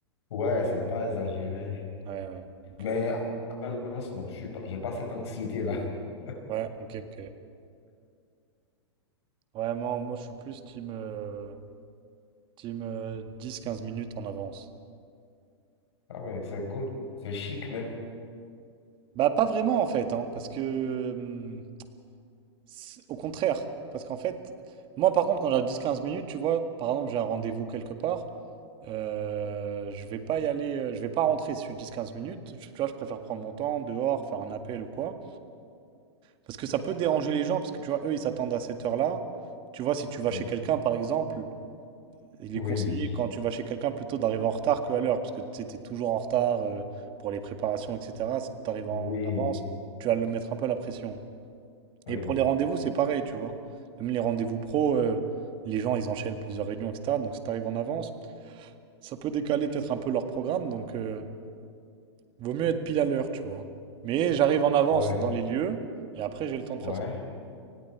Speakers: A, on the left (about 70°); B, on the right (about 35°).
A: Ouais, c'est pas exagéré,
B: Ouais, ouais, ok.
A: mais à avance, non, je suis pas, j'ai pas cette anxiété-là. <laughs>
B: Ouais, ok, ok. Ouais, moi, moi je suis plus team, euh, team euh, 10-15 minutes en avance.
A: Ah, mais c'est cool, c'est chic même.
B: Bah, pas vraiment en fait, hein, parce que. hum, c'est- au contraire. Parce qu'en fait, moi par contre, quand j'ai dix quinze minutes, tu vois, par exemple, j'ai un rendez-vous quelque part, euh, je vais pas y aller, euh, je vais pas rentrer sur 10-15 minutes. Je- Tu vois, je préfère prendre mon temps dehors, faire un appel ou quoi. Parce que ça peut déranger les gens, parce que tu vois, eux, ils s'attendent à cette heure-là. Tu vois, si tu vas
A: Oui,
B: chez quelqu'un, par exemple. Il
A: oui,
B: est conseillé quand tu vas chez quelqu'un plutôt d'arriver en retard qu'à l'heure, parce que tu sais, t'es toujours en retard euh, pour les préparations, etc. Si tu arrives en
A: oui,
B: avance, tu vas le mettre un peu la pression.
A: oui,
B: Et pour les rendez-vous, c'est pareil, tu vois. Même les rendez-vous pro, euh, les gens, ils enchaînent plusieurs réunions, etc. Donc si tu arrives en avance, ça peut décaler peut-être un peu leur programme, donc euh, vaut mieux être pile à l'heure, tu vois. Mais j'arrive en avance
A: ouais,
B: dans les lieux, et après j'ai le temps de
A: ouais.
B: faire ce...